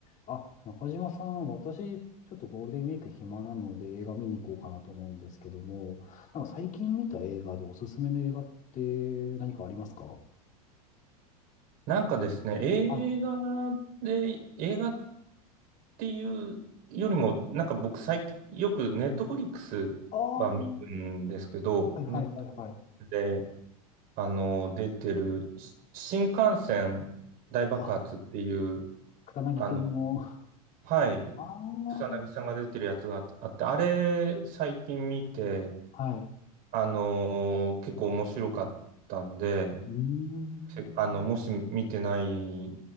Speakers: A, on the left (about 40°); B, on the right (about 50°).
A: あ、中島さん、私、ちょっとゴールデンウィーク暇なので映画見に行こうかなと思うんですけども、なんか最近見た映画でおすすめの映画って何かありますかは
B: なんかですね、映画
A: い。
B: で、映画っていうよりも、なんか僕最近、よくネットフリックスは見るんですけど、
A: ああ、はいはいはいはい。
B: ネットフリックスで、あの、出てる、し新幹線大爆発っていう、
A: あ、草薙くんの、
B: あの、はい、
A: ああ、
B: 草薙さんが出てるやつがあって、あれ、最近見て、
A: はい。
B: あの、結構面白かったんで、
A: うーん。
B: せあの、もし見てない